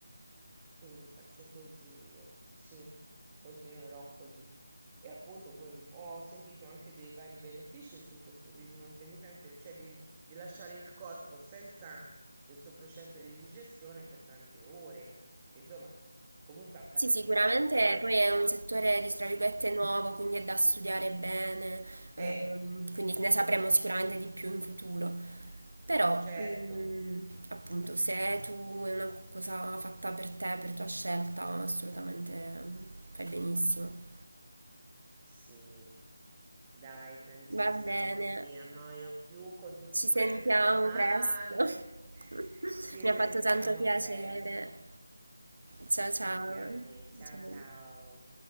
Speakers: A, on the right; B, on the right.
A: quindi faccio così io, sì, continuerò così. E appunto que- ho sentito anche dei vari benefici su questo digiuno intermittente, cioè di, di lasciare il corpo senza questo processo di digestione per tante ore, che insomma comunque affatica
B: Sì, sicuramente
A: il corpo.
B: poi è un settore, di, tra virgolette, nuovo, quindi è da studiare bene, ehm,
A: Eh,
B: quindi ne sapremo sicuramente di più in futuro. Però,
A: certo,
B: mm, appunto, se tu è una cosa fatta per te, per tua scelta, assolutamente mm, fai benissimo.
A: sì. Dai, Francesca,
B: Va bene,
A: non ti annoio più con tutte
B: ci sentiamo
A: queste domande.
B: presto.
A: <laughs>
B: <laughs>
A: Ci
B: Mi ha
A: sentiamo
B: fatto tanto piacere.
A: presto.
B: Ciao ciao.
A: Anche a me. Ciao
B: Ciao.
A: ciao.